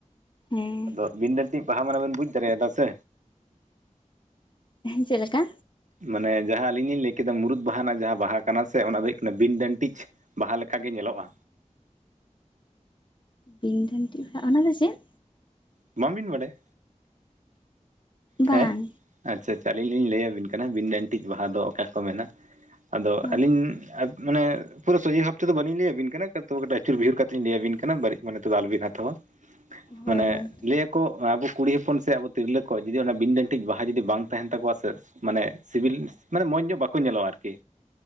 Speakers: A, on the left; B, on the right.
A: ᱦᱮᱸ
B: ᱟᱫᱚ ᱵᱤᱱ ᱫᱟᱹᱱᱴᱤᱡ ᱵᱟᱦᱟ ᱢᱟᱱᱮ ᱵᱤᱱ ᱵᱩᱡᱽ ᱫᱟᱲᱮᱭᱟᱫᱟ ᱥᱮ
A: ᱦᱮᱸ ᱪᱮᱫ ᱞᱮᱠᱟ
B: ᱢᱟᱱᱮ ᱡᱟᱦᱟᱸ ᱟᱹᱞᱤᱧ ᱞᱤᱧ ᱞᱟᱹᱭ ᱠᱮᱫᱟ ᱢᱩᱨᱩᱫ ᱵᱟᱦᱟ ᱨᱮᱱᱟᱜ ᱡᱟᱦᱟᱸ ᱵᱟᱦᱟ ᱠᱟᱱᱟ ᱥᱮ ᱚᱱᱟ ᱫᱚ ᱦᱩᱭᱩᱜ ᱠᱟᱱᱟ ᱵᱤᱱ ᱰᱟᱹᱱᱴᱤᱡ ᱵᱟᱦᱟ ᱞᱮᱠᱟ ᱜᱮ ᱧᱮᱞᱚᱜᱼᱟ
A: ᱵᱤᱧ ᱰᱟᱹᱱᱴᱤᱜ ᱵᱟᱦᱟ ᱚᱱᱟ ᱫᱚ ᱪᱮᱫ
B: ᱵᱟᱝ ᱵᱤᱱ ᱵᱟᱰᱟᱭᱟ
A: ᱵᱟᱝ
B: ᱦᱮᱸ ᱟᱪᱪᱷᱟ ᱟᱪᱪᱷᱟ ᱟᱹᱞᱤᱧ ᱞᱤᱧ ᱞᱟᱹᱭ ᱟᱹᱵᱤᱱ ᱠᱟᱱᱟ ᱵᱤᱱ ᱰᱟᱹᱱᱴᱤᱡ ᱵᱟᱦᱟ ᱫᱚ ᱚᱠᱟ ᱠᱚ ᱢᱮᱱᱟ ᱟᱫᱚ
A: ᱦᱳᱭ
B: ᱟᱹᱞᱤᱧ ᱢᱟᱱᱮ ᱯᱩᱨᱟᱹ ᱥᱚᱡᱷᱮ ᱵᱷᱟᱵ ᱛᱮᱫᱚ ᱵᱟᱹᱞᱤᱧ ᱞᱟᱹᱭ ᱟᱹᱵᱤᱱ ᱠᱟᱱᱟ ᱠᱟᱹᱴᱤᱡ ᱟᱹᱪᱩᱨ ᱵᱤᱦᱩᱨ ᱠᱟᱛᱮ ᱞᱤᱧ ᱞᱟᱹᱭ ᱟᱹᱵᱤᱱ ᱠᱟᱱᱟ ᱵᱟᱹᱲᱤᱡ ᱢᱚᱱᱮ ᱛᱮᱫᱚ ᱟᱞᱚᱵᱤᱱ ᱦᱟᱛᱟᱣᱟ
A: ᱦᱳᱭ
B: ᱢᱟᱱᱮ
A: ᱦᱳᱭ
B: ᱞᱟᱹᱭᱟᱠᱚ ᱟᱵᱚ ᱠᱩᱲᱤ ᱦᱚᱯᱚᱱ ᱥᱮ ᱟᱵᱚ ᱛᱤᱨᱞᱟᱹ ᱠᱚ ᱡᱩᱫᱤ ᱚᱱᱟ ᱵᱤᱱ ᱰᱟᱹᱱᱴᱤᱡ ᱵᱟᱦᱟ ᱡᱩᱫᱤ ᱵᱟᱝ ᱛᱟᱦᱮᱱ ᱛᱟᱠᱚᱣᱟ ᱥᱮ ᱢᱟᱱᱮ ᱥᱤᱵᱤᱞ ᱢᱟᱱᱮ ᱢᱚᱸᱡᱽ ᱧᱚᱜ ᱵᱟᱠᱚ ᱧᱮᱞᱚᱜᱼᱟ ᱟᱨᱠᱤ